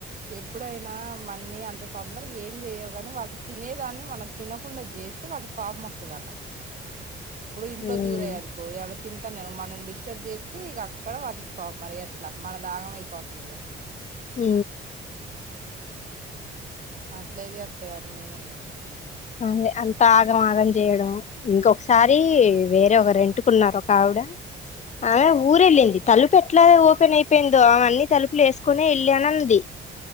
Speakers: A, on the right; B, on the left.
A: ఎప్పుడైనా మన్ని అంత తొందరగా ఏం చేయవు కాని వాటి తినేదాన్ని మనం తినకుండా చేస్తే వాటి కోపం వస్తదట. ఇప్పుడు ఇంట్లో
B: ఉమ్
A: దూరాయి అనుకో ఏమన్నా తింటన్నయ మనం డిస్టర్బ్ చేస్తే ఇక అక్కడ వాటికి కోపం మరి ఎట్లా మనది ఆగం అయిపోతుంది గ
B: ఊ
A: అట్లే చెతాయి అన్ని
B: అదే అంత ఆగం ఆగం చేయడం ఇంకొకసారి వేరే ఒకరు రెంటుకున్నారు ఒక ఆవిడ అమె ఊరూ ఎళ్ళింది తలుపు ఎట్లా ఓపెన్ అయిపోయిందో అమె అన్ని తలుపులు వేసుకునే వెళ్ళాన అంది